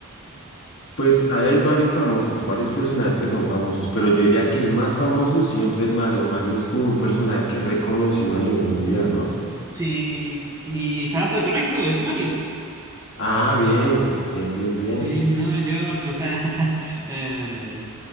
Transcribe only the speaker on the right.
Sí, y estabas al correcto, es Mario.
Sí, no, yo, o sea, <laughs> em,